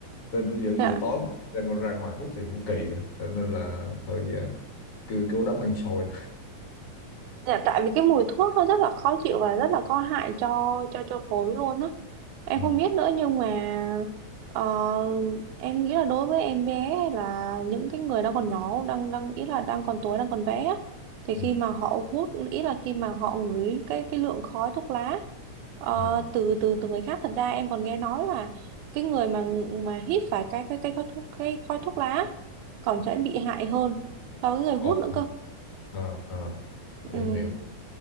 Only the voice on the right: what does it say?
dạ
Dạ, tại vì cái mùi thuốc nó rất là khó chịu và rất là có hại cho cho cho phổi luôn á. Em
không biết nữa nhưng mà ờ, em nghĩ là đối với em bé hay là những cái người đang còn nhỏ đang đang ý là đang còn tuổi đang còn bé á, thì khi
mà họ hút ý là khi mà họ ngửi cái cái lượng khói thuốc lá ờ,
từ từ từ người khác thật ra em còn nghe nói là cái người mà mà hít phải cái cái cái khói thuốc cái khói thuốc lá còn sẽ bị hại hơn so với người hút
nữa cơ
Ừ.